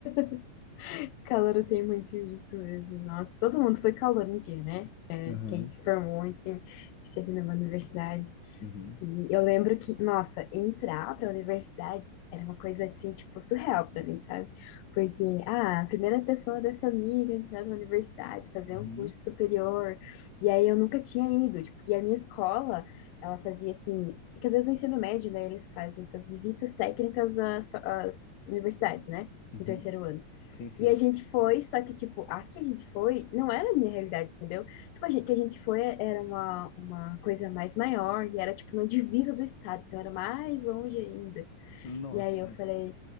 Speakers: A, on the left; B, on the left.
A: <laughs> calor tem muito isso mesmo. Nossa, todo mundo foi calor um dia, né?
B: Aham.
A: Quem se formou, enfim, esteve numa universidade.
B: Uhum,
A: E eu lembro que, nossa, entrar para a universidade era uma coisa assim, tipo, surreal para mim, sabe? Porque, ah, a primeira pessoa da família a entrar na universidade, fazer
B: uhum,
A: um curso superior. E aí eu nunca tinha ido. tipo, e a minha escola, ela fazia assim, porque às vezes no ensino médio, né, eles fazem essas visitas técnicas às, fa- às universidades, né?
B: uhum.
A: No terceiro ano.
B: Sim, sim.
A: E a gente foi, só que, tipo, a que a gente foi não era a minha realidade, entendeu? Tipo, a gente, que a gente foi era uma, uma coisa mais maior e era, tipo, na divisa do estado, então era mais longe ainda.
B: Nossa
A: E aí
B: senhora.
A: eu falei,